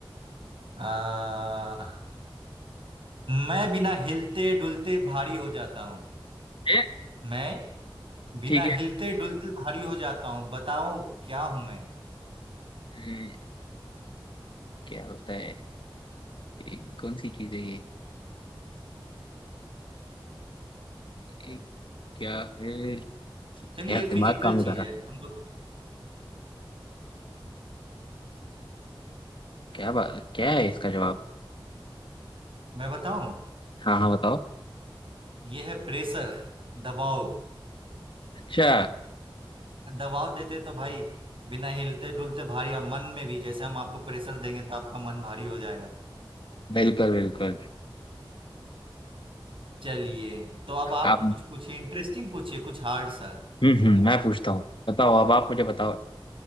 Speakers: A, on the right (about 75°); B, on the left (about 65°).
A: आ, मैं बिना हिलते डुलते भारी हो जाता हूँ
B: ए,
A: मैं बिना
B: ठीक है
A: हिलते डुलते भारी हो जाता हूँ बताओ क्या हूं मैं
B: अम्म, क्या होता है ए, कौन सी चीज है ये क्या है
A: चलिए
B: यार
A: ये
B: दिमाग
A: फिजिकल
B: काम नहीं
A: चीज
B: कर रहा
A: है हम लोग
B: क्या बा... क्या है इसका जवाब
A: मैं बताऊं
B: हाँ हाँ बताओ
A: ये है प्रेशर दबाव
B: अच्छा
A: दबाव देते तो भाई बिना हिलते डुलते भारी अब मन में भी जैसे हम आपको प्रेशर देंगे तो आपका मन भारी हो जाएगा
B: बिल्कुल बिल्कुल
A: चलिए तो अब आप
B: आप
A: कुछ पूछिए इंटरेस्टिंग पूछिए कुछ हार्ड सा
B: हम्म हम्म मैं पूछता हूँ बताओ अब आप मुझे बताओ